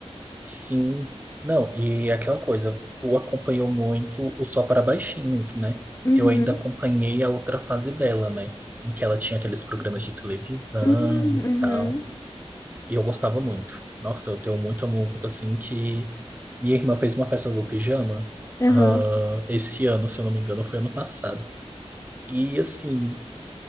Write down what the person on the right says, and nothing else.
sim. Não, e aquela coisa, tu acompanhou muito o Só para Baixinhos, né?
Eu ainda acompanhei a outra fase dela, né? Em que ela tinha aqueles programas de televisão
e
tal. E eu gostava muito. Nossa, eu tenho muita música assim que. Minha irmã fez uma festa do pijama,
ah, esse ano, se eu não me engano, foi ano passado. E assim,